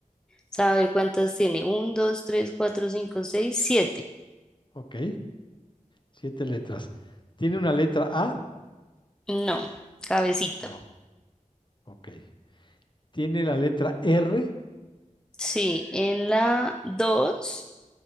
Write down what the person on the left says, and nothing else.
ok, siete letras. ¿Tiene una letra A?
No, ok. ¿Tiene la letra R?